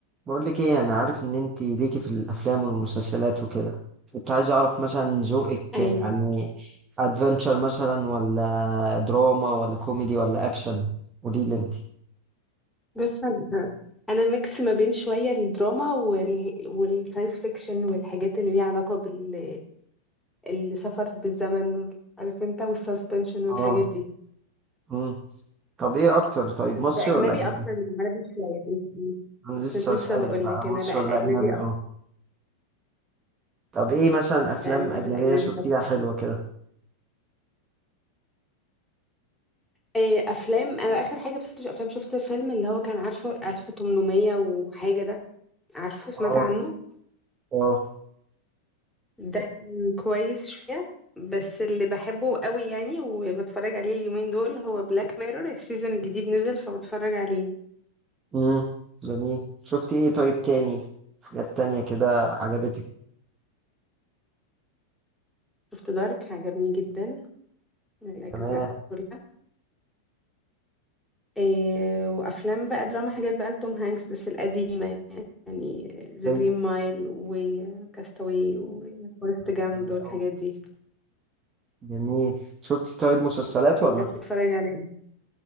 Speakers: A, on the right (about 25°); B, in the centre.
A: بقول لك ايه انا عارف ان انت ليكي في الافلام والمسلسلات وكده كنت عايز اعرف مثلا ذوقك
B: ايوه
A: يعني ادفنتشر مثلا ولا دراما ولا كوميدي ولا اكشن قولي لي انت
B: بص انا أنا ميكس ما بين شويه الدراما وال... والساينس فيكشن والحاجات اللي ليها علاقه بال السفر بالزمن وال... عارف انت والسسبنشن والحاجات
A: اه
B: دي
A: امم طب ايه اكتر طيب
B: بس
A: مصري
B: اجنبي
A: ولا اجنبي
B: اكتر من عربي شويه أنت-
A: انا لسه
B: كنت لسه
A: بسألك
B: بقول
A: بقى
B: لك
A: مصري
B: انا لا الاجنبي
A: ولا اجنبي
B: أكتر.
A: اه طب ايه مثلا افلام
B: لا انا بحب
A: اجنبية
B: الاجنبي
A: شفتيها
B: أكتر.
A: حلوة كده
B: إيه افلام انا اخر حاجه بس افلام شفت فيلم اللي هو كان عارفه 1800 وحاجه ده عارفه سمعت
A: اه
B: عنه
A: اه
B: ده كان كويس شوية بس اللي بحبه قوي يعني وبتفرج عليه اليومين دول هو بلاك ميرور السيزون الجديد نزل فبتفرج عليه
A: امم جميل شفتي ايه طيب تاني حاجات تانية كده عجبتك
B: شفت دارك عجبني جدا الأجزاء
A: تمام
B: كلها إيه وأفلام بقى دراما حاجات بقى لتوم هانكس بس القديمة يعني ذا
A: زي
B: جرين مايل وكاستاوي وفورست
A: طب
B: جامب
A: حلو
B: والحاجات
A: أوي
B: دي
A: جميل شفت طيب مسلسلات ولا
B: انت بتتفرج على